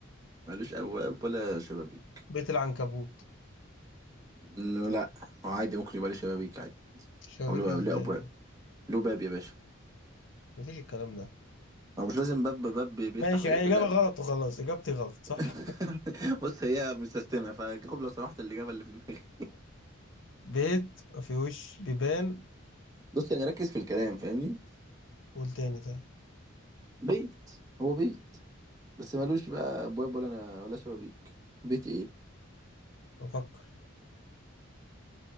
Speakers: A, on the right; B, on the left.
A: ملوش ابواب ولا شبابيك
B: بيت العنكبوت
A: إنه لا هو عادي ممكن يبقى ليه شبابيك عادي
B: شبابيك
A: او له
B: ازاي
A: له ابواب له باب يا باشا
B: مفيش الكلام ده
A: هو مش لازم باب باب بيفتح
B: ماشي
A: ويقفل
B: يعني اجابة
A: لا
B: غلط وخلاص اجابتي غلط
A: <laughs>
B: صح
A: بص هي مستسلمه فجاوب لو سمحت الاجابه اللي في دماغي
B: بيت مفيهوش بيبان
A: بص يعني ركز في الكلام فاهمني
B: قول تاني طيب
A: بيت هو بيت بس ملوش بقى ابواب ولا أنا ولا شبابيك بيت ايه
B: بفكر